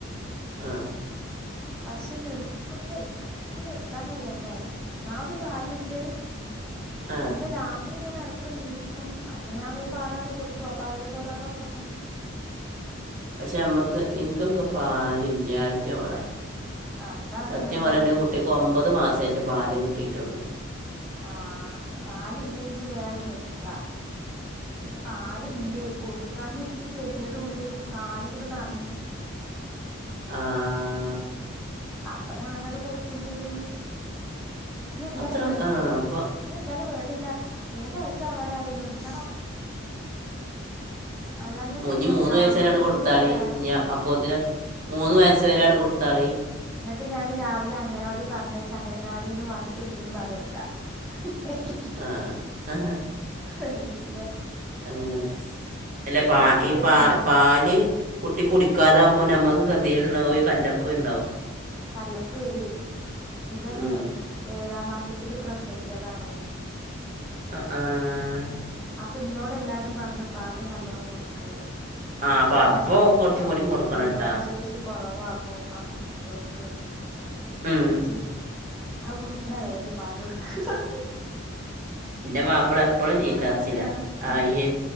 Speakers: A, on the right (about 40°); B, in the centre.
A: ആഹ്.
B: പശെ നിറ്ത്തണ്ടെ? ഇക്ക് നിർത്താൻ കയ്യണ്ടേ ഒന്നാമത് പാല്ണ്ട്
A: ആ
B: പിന്നെ രാത്രി ഇങ്ങനെ എട, ട്ക്ക് നീക്കും അപ്പൊ ഞാവേ പാലാണ്ട് കൊടുക്കും അപ്പതേപോലാണ്ടൊറങ്ങും
A: പക്ഷെ അമ്മക്ക് ഇൻക്കൊക്കെ പാലില്ലായ്റ്റവളെ.
B: ഉറ- അതാണ്
A: സത്യം
B: നിങ്ങൾ
A: പറയെന്റെ
B: വേ നിർത്തിയേ
A: കുട്ടിക്ക് ഒമ്പത് മാസെറ്റേ പാല് കിട്ടീട്ടൊള്ളു.
B: ആഹ് പാലില്ലെങ്കി വേട് നിർത്ത. പാല്ണ്ടേ കൊടുക്കാഞ്ഞിക്ക് കെതിയേടുണ്ട് പാല്ങ്ങട് നർ
A: ആഹ്.
B: അപ്പൊ ഞാനട് കൊടുക്കും ചെയ്യും ന്നന്താലും
A: അത്ര
B: വേണ്ടില്ലേ
A: ആ അപ്പോൾ
B: ഇനി ന്താലും വേണ്ടില്ല മൂന്ന് വയസാവാനായി നിർത്തണം. അല്ലാഞ്ഞാ സെരിയാവൂല
A: ഇനി മൂന്ന് വയസ്സ്
B: ആൺകുട്ടീം
A: വരെയാണ് കൊടുത്താളി
B: കൂടിയല്ലേ.
A: ഇനി അപ്പോത്തിന് മൂന്ന് വയസ്സ് വെരെയാണ്ട് കൊടുത്താളീം.
B: ന്ന്ട്ട് ഞാന് രാവിലെ അംഗനവാടി പറഞ്ഞേച്ച് അംഗനവാടിന്ന് വന്ന്ട്ട് പിന്നിം പാലൊട്ക്കാ. <inaudible>
A: ആഹ് അഹ്
B: ല്ല.
A: അങ്ങനെ എല്ല പാ
B: പക്ഷെ ഇവനില്ലേ
A: ഈ പാ പാല്. കുട്ടി കുടിക്കാതാവുമ്പോ ഞമ്മക്ക് കെതേട്ണ്ടാവു ഒരു കല്ലപ്പൂണ്ടാവും.
B: കല്ലപ്പ്പ് വെരോയ് ഇവനെ
A: ഉം.
B: ഏഴാം മാസത്തില് പ്രസവിച്ചതാണേ
A: അ ആഹ്.
B: അപ്പ ഇന്നോട് എല്ലാരും പർഞ്ഞു പാല് നല്ലോം കൊട്ക്ക്ന്ന്.
A: ആ അപ്പോൾ
B: ജ് ത്രെച്ചാ
A: അപ്പോൾ
B: കൊടുത്തോ
A: കുറച്ചും കൂടി കൊടുക്കണം
B: പ്രതിരോധശേഷി
A: കേട്ടാ
B: കൊറവാകും അ. <unintelligible>
A: ഉം.
B: അപ്പച്ചി. അഹ് കുടിക്ക്ണ വരെ ഇജ് പാലൊട്ക്ക് <inaudible>
A: ഇന്റെ മാപ്പള എപ്പളും ചീത്തർച്ചില
B: വേണ്ട അഞ്ഞ് നേരം
A: ആ യെ